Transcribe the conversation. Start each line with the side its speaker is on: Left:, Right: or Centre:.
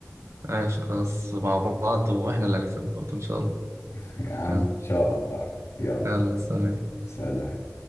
Right: ماشي خلاص مع بعض واحنا اللي هنكسب برضه ان شاء الله
Left: <laughs> يا عم
Right: يلا
Left: ان شاء الله يلا
Right: يلا سلام
Left: سلام